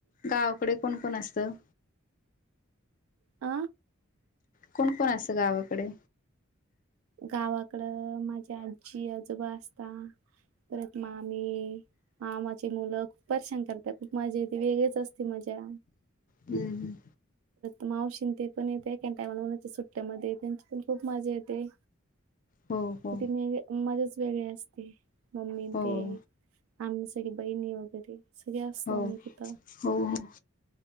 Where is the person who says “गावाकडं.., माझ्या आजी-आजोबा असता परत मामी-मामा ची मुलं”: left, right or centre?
Right